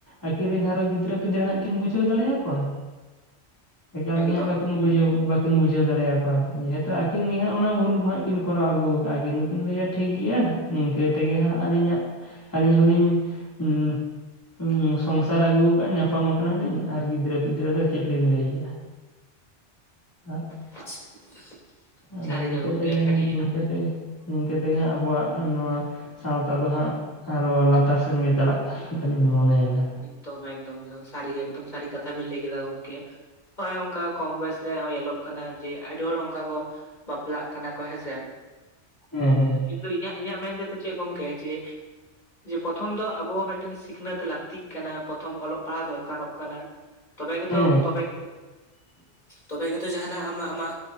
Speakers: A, on the left; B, on the left.
A: ᱟᱹᱠᱤᱱ ᱨᱮᱱ ᱟᱨᱦᱚᱸ, ᱜᱤᱫᱽᱨᱟᱹ ᱯᱤᱫᱽᱨᱟᱹ ᱦᱟᱸᱜ ᱠᱤᱱ, ᱵᱩᱡᱷᱟᱹᱣ ᱫᱟᱲᱮ ᱭᱟᱠᱚᱣᱟ ᱾ ᱮᱠᱟᱞ
B: ᱮᱠᱫᱚᱢ
A: ᱜᱮ ᱦᱟᱸᱜ, ᱵᱟᱠᱤᱱ ᱵᱩᱡᱷᱟᱹᱣ, ᱵᱟᱠ ᱠᱤᱱ ᱵᱩᱡᱷᱟᱹᱣ ᱫᱟᱲᱮ ᱭᱟᱠᱚᱣᱟ ᱠᱤᱱ, ᱡᱮᱦᱮᱛᱩ ᱟᱹᱠᱤᱱ ᱜᱮ ᱦᱟᱸᱜ, ᱚᱱᱟ ᱵᱷᱩᱞ ᱠᱚ ᱦᱟᱸᱜ, ᱠᱤᱱ ᱠᱚᱨᱟᱣ ᱟᱹᱜᱩ ᱟᱠᱟᱫᱟᱠᱤᱱ, ᱟᱠᱤᱱ ᱫᱚᱠᱤᱱ ᱞᱟᱹᱭᱼᱟ ᱴᱷᱤᱠ ᱜᱮᱭᱟ ᱾ ᱱᱤᱝᱠᱟᱹ ᱛᱮᱜᱮ ᱦᱟᱸᱜ, ᱟᱹᱞᱤᱧᱟᱜ, ᱟᱹᱞᱤᱧ ᱦᱚᱞᱤᱧ ᱦᱩᱢ ᱦᱩᱢ ᱥᱚᱝᱥᱟᱨ ᱟᱹᱜᱩ ᱟᱠᱟᱫ, ᱧᱟᱯᱟᱢ ᱟᱠᱟ ᱱᱟᱞᱤᱧ ᱟᱨ ᱜᱤᱫᱽᱨᱟᱹ ᱯᱤᱫᱽᱨᱟᱹ ᱫᱚ, ᱪᱮᱫ ᱞᱤᱧ ᱞᱟᱹᱭ ᱟᱭᱟ ᱾ ᱟᱨᱮ <inaudible>
B: <unintelligible>
A: ᱟᱫᱚ
B: ᱥᱟᱹᱨᱤ
A: ᱱᱤᱝᱠᱟᱹ
B: ᱜᱮ ᱜᱚᱢᱠᱮ
A: ᱛᱮᱜᱮ,
B: ᱟᱹᱰᱤ
A: ᱱᱤᱝᱠᱟᱹ ᱛᱮ, ᱱᱤᱝᱠᱟᱹ ᱛᱮᱜᱮ ᱦᱟᱸᱜ, ᱟᱵᱚᱣᱟᱜ ᱱᱚᱣᱟ ᱥᱟᱶᱛᱟ ᱫᱚ ᱦᱟᱸᱜ, ᱟᱨᱚ ᱞᱟᱛᱟᱨ ᱥᱮᱱ ᱜᱮ, ᱪᱟᱞᱟᱜ ᱠᱟᱱ ᱞᱮᱠᱟ ᱞᱤᱧ ᱢᱚᱱᱮ ᱭᱮᱫᱟ ᱾
B: ᱮᱠᱫᱚᱢ ᱮᱠᱫᱚᱢ,, ᱥᱟᱹᱨᱤ ᱜᱮ ᱮᱠᱫᱚᱢ, ᱥᱟᱹᱨᱤ ᱠᱟᱛᱷᱟ ᱵᱤᱱ ᱞᱟᱹᱭ ᱠᱮᱫᱟ ᱜᱚᱢᱠᱮ, ᱦᱚᱜᱼᱚᱸᱭ ᱚᱱᱠᱟ ᱠᱚᱢ ᱵᱚᱭᱮᱥ ᱨᱮ ᱧᱮᱞᱚᱜ ᱠᱟᱱᱟ, ᱡᱮ ᱟᱹᱰᱤ ᱦᱚᱲ ᱚᱱᱠᱟ ᱠᱚ, ᱵᱟᱯᱞᱟᱜ ᱠᱟᱱᱟ ᱠᱚ, ᱦᱮᱸᱥᱮ ᱾
A: ᱦᱮᱸᱻ ᱦᱮᱸ ᱾
B: ᱠᱤᱱᱛᱩ, ᱤᱧᱟᱹᱜ ᱢᱮᱱ ᱛᱮᱫᱚ, ᱪᱮᱫ ᱜᱚᱢᱠᱮ, ᱡᱮ ᱯᱨᱚᱛᱷᱚᱢ ᱫᱚ ᱟᱵᱚᱣᱟᱜ, ᱢᱤᱫᱴᱮᱱ ᱥᱤᱠᱷᱱᱟᱹᱛ ᱞᱟᱹᱠᱛᱤᱜ ᱠᱟᱱᱟ ᱾ ᱯᱨᱚᱛᱷᱚᱢ ᱚᱞᱚᱜ ᱯᱟᱲᱦᱟᱣ ᱫᱚᱨᱠᱟᱨᱚᱜ ᱠᱟᱱᱟ ᱾ ᱛᱚᱵᱮ ᱜᱮ
A: ᱦᱮᱸ
B: ᱛᱚ, ᱛᱚᱵᱮ ᱜᱮ
A: <inaudible>
B: ᱛᱚᱵᱮ ᱜᱮ ᱛᱚ ᱡᱟᱦᱟᱸ ᱱᱟᱜ ᱟᱢ ᱟᱢᱟᱜ